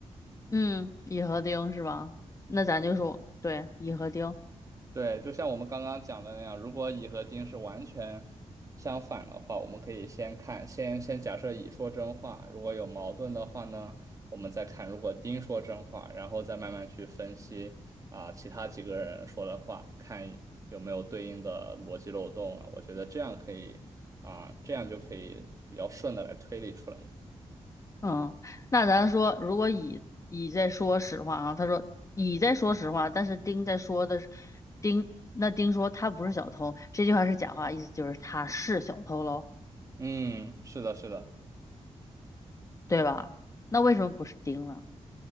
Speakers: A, on the left; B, on the right.
A: 嗯，乙和丁是吧？那咱就说对，乙和丁。
B: 对，就像我们刚刚讲的那样，如果乙和丁是完全相反的话，我们可以先看，先先假设乙说真话，如果有矛盾的话呢，我们再看如果丁说真话，然后再慢慢去分析啊，其他几个人说的话，看有没有对应的逻辑漏洞啊。我觉得这样可以啊，这样就可以比较顺的来推理出来。
A: 嗯，那咱说，如果乙乙在说实话啊，他说乙在说实话，但是丁在说的是丁，那丁说他不是小偷，这句话是假话，意思就是他是小偷喽，
B: 嗯，是的，是的。
A: 对吧？那为什么不是丁呢？